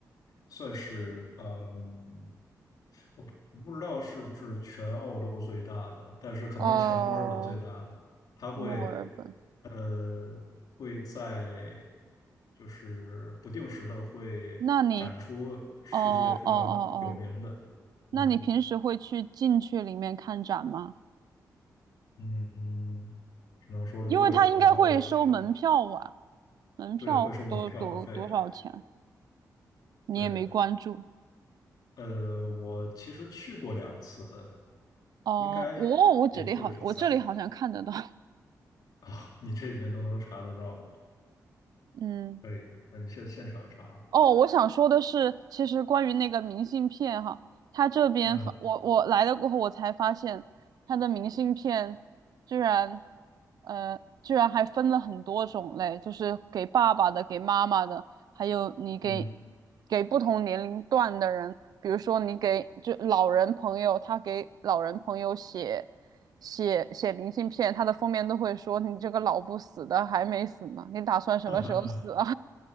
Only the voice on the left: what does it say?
算是嗯，我不我不知道是不是全澳洲最大的，但是肯定是全墨尔本最大的。
它会
呃会在就是不定时的会展出世界非常有名的，
嗯
嗯，只能说如果有朋友要去的话，
对，会收门票费。
对，呃，我其实去过两次，
应该也就是在
啊，你这里面都能查得到，
可以，呃，现现场查，
嗯
嗯，
<laughs> 哈哈哈，